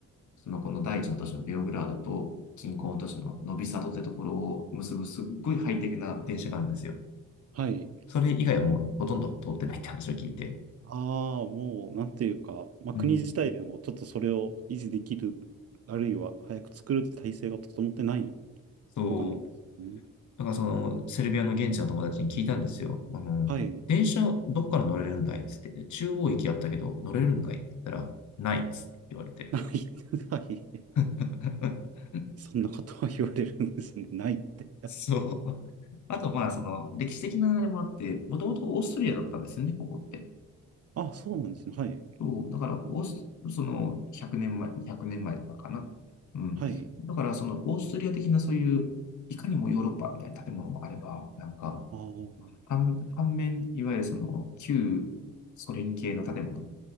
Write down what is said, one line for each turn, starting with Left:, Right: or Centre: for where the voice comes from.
Left: そのこの第一の都市のベオグラードと近郊の都市のノビサドってところを結ぶすっごいハイテクな電車があるんですよ。
Right: はい。
Left: それ以外はもうほとんど通ってないって話を聞いて。
Right: ああ、もう、なんていうか、まあ、
Left: うん。
Right: 国自体でもちょっとそれを維持できる、あるいは早く作るって体制が整ってない
Left: そう。
Right: とかなんですね。
Left: だからその、セルビアの現地の友達に聞いたんですよ。あの、
Right: はい。
Left: 電車どっから乗れるんだいっつって、中央駅やったけど乗れるんかいって言ったら、ないっつって言われて。
Right: ない。<laughs> はい。
Left: <laughs>
Right: そんなことを言われるんですね。ないって。
Left: そう。あとまあ、その、歴史的なあれもあって、もともとオーストリアだったんですよね、ここって。
Right: あ、そうなんですね。はい。
Left: そう。だから、オース、その、100年前、200年前とかかな。うん。
Right: はい。
Left: だから、その、オーストリア的なそういう、いかにもヨーロッパみたいな建物もあれば、なんか、
Right: ああ、
Left: 反、反面、いわゆるその、旧ソ連系の建物。